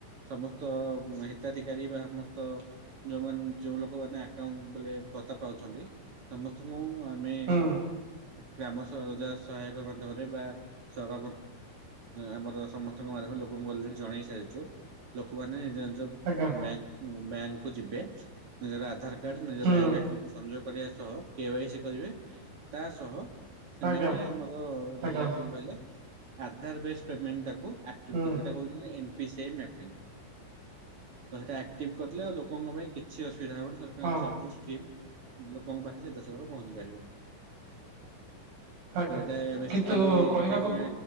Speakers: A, on the right; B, on the right.
A: ସମସ୍ତ ହିତାଧିକାରୀ ବା ସମସ୍ତ ଯୋଉମାନେ ଯେଉ ଲୋକମାନେ ଆକାଉଣ୍ଟ ବୋଲେ ଭତା ପାଉଛନ୍ତି ସମସ୍ତଙ୍କୁ ଆମେ
B: ହୁଁ
A: ଗ୍ରାମ ରୋଜା ସହାୟକ ମାଧ୍ୟମରେ ବା ସଭା ଆମର ସମସ୍ତଙ୍କ ମାଧ୍ୟମରେ ଲୋକ ମୁ କହିଲି ଜଣେଇ ସାରିଛୁ ଲୋକମାନେ ବ୍ୟାଙ୍କକୁ
B: ଆଜ୍ଞା
A: ଯିବେ ନିଜର ଆଧାରକାର୍ଡ ନିଜର
B: ହୁଁ
A: ବ୍ୟାଙ୍କ ଆକାଉଣ୍ଟ ସନଯୋଗ କରିବା ସହ କେଵାଇସି କରିବେ ତା ସହ ସେମାନେ
B: ଆଜ୍ଞା
A: ଆମର
B: ଆଜ୍ଞା
A: ରହିଲା କ୍ଷଣୁ କହିଲେ ଆଧାରବେଶ ପେମେଣ୍ଟ ଟାକୁ ଆକ୍ଟିଭ
B: ହୁଁ
A: କରିବା କଣ ହଉଛି ଏନପିସିଆଇ ମ୍ୟାପିଣ୍ଗି <inaudible> ତ ସେଟା ଆକ୍ଟଭି କରିଥିଲା ଲୋକଙ୍କ ପାଇଁ କିଛି ଅସୁବିଧା ହଉନି ସରକାରଙ୍କ
B: ହଁ
A: ସବୁ ସ୍କିମ୍ ଲୋକଙ୍କ ପାଖରେ ପହଞ୍ଚି ପାରିବ।
B: ଆଜ୍ଞା
A: ତ ଏଟା ବେସିକାଲି
B: କିନ୍ତୁ କହିବାକୁ
A: ଏଇଟା ହିଁ
B: ହୁଁ